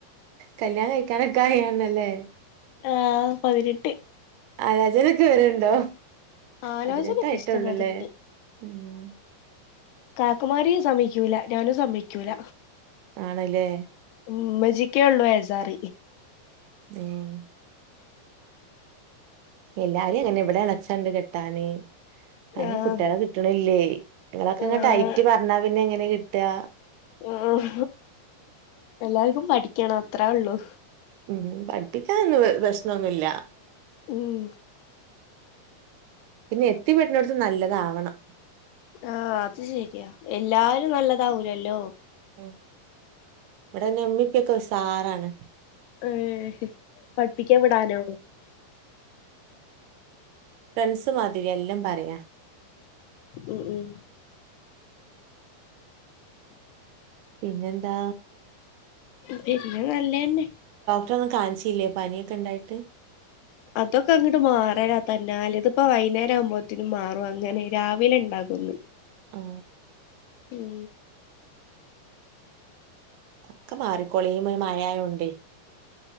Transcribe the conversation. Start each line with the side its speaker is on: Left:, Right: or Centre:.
Right: കല്യാണം കഴിക്ക്യാനൊക്കെ ആയേണല്ലെ
Left: ആഹ് പതിനെട്ട്
Right: ആലോചനെക്കെ വര്ണ്ടോ
Left: ആലോചനൊക്കെ
Right: പതിനെട്ടായിട്ടൊള്ളുലേ
Left: ഇഷ്ടം മാതിരിണ്ട്
Right: ഉം
Left: കാക്കുമാര് സമ്മയിക്ക്യൂല ഞാനും സമ്മയ്ക്ക്യൂല
Right: ആണല്ലേ
Left: ഉം ഇമ്മച്ചീക്കേള്ളു വെജാർ
Right: ഏഹ് എല്ലാരും അങ്ങനെ ഇവടെ എളേച്ചണ്ട് കെട്ടാന് അയ്ന്
Left: ആഹ്
Right: കുട്ട്യളെ കിട്ട്ണ്ല്ലേ ഇങ്ങളൊക്കങ്ങനെ
Left: ആഹ്
Right: ടൈറ്റ് പറ്ഞ്ഞാ പിന്നെ എങ്ങനെ കിട്ടാ
Left: ഉം എല്ലാര്ക്കും പഠിക്ക്യണം അത്രോള്ളു
Right: ഉം പഠ്പ്പിക്ക്യാനൊന്നും വെ വെശ്നൊന്നുല്ലാ
Left: ഉം
Right: പിന്നെ എത്തിപെടുനോടുത്തും നല്ലതാവണം
Left: ആഹ് അത് ശരിയാ. എല്ലാരും നല്ലതാവൂലല്ലോ.
Right: ഉം ഇവിടെ നമ്മിപ്പൊക്കെ <unintelligible> ഒരു സാറാണ്
Left: ഉം ഹും പഠിപ്പിക്കാൻ വിടാനോ?
Right: പ്രണ്ട്സ് മാതിരി എല്ലാം പറയാം.
Left: ഉം ഉം
Right: പിന്നെന്താ
Left: പിന്ന നല്ലേന്നെ
Right: <unintelligible> കാണിച്ചില്ലേ പനിയൊക്കേണ്ടായിട്ട്?
Left: അതൊക്കെ അങ്ങോട്ട് മാറാനാ തന്നെ അല്ല ഇതി ഇപ്പോ വൈകേരം ആകുമ്പോത്തന് മാറും അങ്ങനെ രാവിലെ ഉണ്ടാകും <unintelligible>
Right: ഓ
Left: ഉം
Right: ഒക്കെ മാറിക്കൊളി ഈ മഴയായൊണ്ടേ